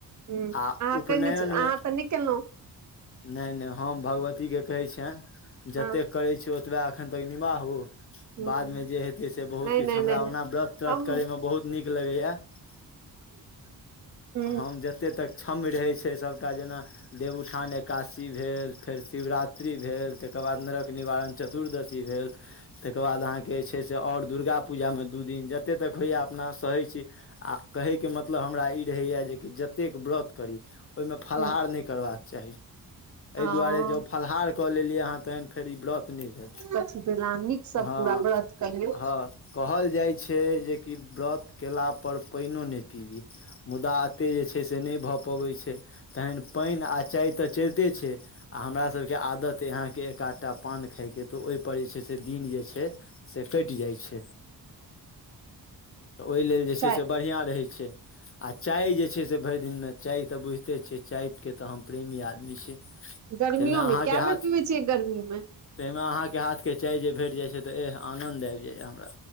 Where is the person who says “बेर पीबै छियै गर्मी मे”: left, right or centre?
Right